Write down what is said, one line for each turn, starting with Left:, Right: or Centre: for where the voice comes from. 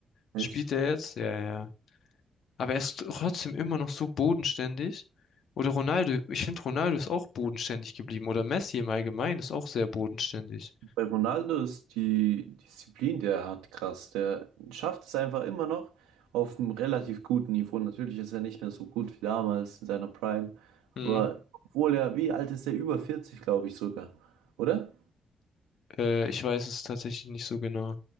Right: Echt?
Left: spielt er jetzt. Ja, ja. Aber er ist trotzdem immer noch so bodenständig. Oder Ronaldo, ich finde Ronaldo ist auch bodenständig geblieben. Oder Messi im Allgemeinen ist auch sehr bodenständig.
Right: Bei Ronaldo ist die Disziplin, die er hat, krass. Der schafft es einfach immer noch auf einem relativ guten Niveau. Natürlich ist er nicht mehr so gut wie damals in seiner Prime.
Left: Hm,
Right: Aber obwohl er, wie alt ist er? Über 40, glaube ich sogar. Oder?
Left: äh, ich weiß es tatsächlich nicht so genau.